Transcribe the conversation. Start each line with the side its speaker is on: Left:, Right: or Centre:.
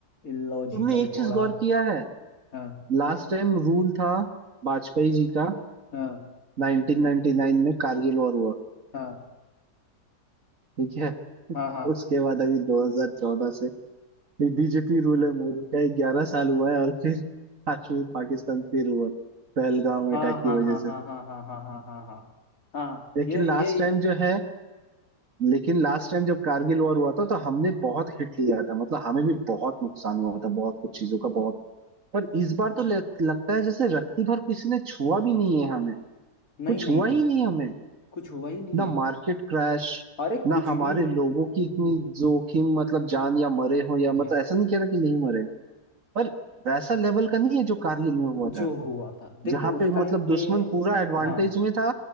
Left: इलॉजिकल
Right: तुमने एक
Left: थोड़ा
Right: चीज गौर किया है
Left: हाँ
Right: लास्ट टाइम रूल था वाजपेयी जी का
Left: हाँ
Right: 1999 में कारगिल वॉर हुआ
Left: हाँ
Right: ठीक है <laughs>
Left: हाँ हाँ
Right: उसके बाद अभी 2014 से बीजेपी रूल है मोदी का ग्यारह साल हुआ है और फिर <laughs> कश्मीर पाकिस्तान फिर हुआ पहलगाम
Left: हाँ
Right: अटैक
Left: हाँ
Right: की वजह
Left: हाँ हाँ
Right: से
Left: हाँ हाँ हाँ हाँ हाँ हाँ हाँ हाँ
Right: लेकिन
Left: ये
Right: लास्ट
Left: ये ये-
Right: टाइम जो है लेकिन लास्ट टाइम जब कारगिल वॉर हुआ था तो हमने बहुत हिट लिया था मतलब हमें भी बहुत नुकसान हुआ था बहुत कुछ चीजों का बहुत पर इस बार तो लग, लगता है जैसे रत्ती भर किसी ने छुआ भी नहीं है हमें
Left: नहीं
Right: कुछ
Left: नहीं
Right: हुआ
Left: नहीं
Right: ही
Left: नहीं
Right: नहीं हमें
Left: कुछ हुआ ही नहीं
Right: ना
Left: है
Right: मार्केट क्रैश
Left: अरे
Right: ना
Left: कुछ
Right: हमारे
Left: भी नहीं
Right: लोगों की इतनी जोखिम मतलब जान या मरे हो या मतलब
Left: ये
Right: ऐसा नहीं कह रहा कि नहीं मरे पर वैसा लेवल का नहीं है जो कारगिल में हुआ
Left: जो
Right: था
Left: हुआ था देखो
Right: जहां
Left: उस
Right: पे
Left: टाइम
Right: मतलब दुश्मन
Left: पे
Right: पूरा एडवांटेज
Left: हाँ
Right: में था